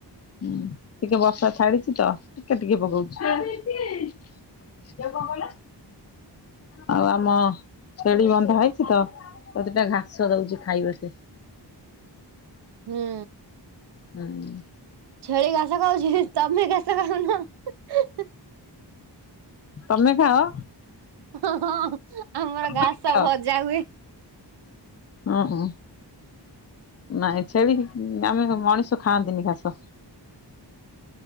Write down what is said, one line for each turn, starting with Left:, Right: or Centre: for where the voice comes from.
Left: ହୁଁ ଟିକେ ବର୍ଷା ଛାଡ଼ିଚିତ ଟିକେ ଟିକେ ପକୋଉଚି। ଝିଅକୁ କଣ କଇଲ? ଆଉ ଆମ ଛେଳି ବନ୍ଧା ହେଇଚି ତ। ତାକୁ ଦିଟା ଘାସ ଦଉଚି ଖାଇବ ସେ।
Right: ହୁଁ
Left: ହୁଁ।
Right: ଛେଳି ଘାସ ଖାଉଚି ତମେ ଘାସ ଖାଉନ ହୁ ହୁ।
Left: ତମେ ଖାଅ?
Right: ହଁ ହଁ ଆମର
Left: ଖାଅ?
Right: ଘାସ ଭଜା ହୁଏ।
Left: ହଁ ହ ନାଇଁ ଛେଳିକି ଉ ଆମେ ମଣିଷ ଖାଆନ୍ତିନି ଘାସ।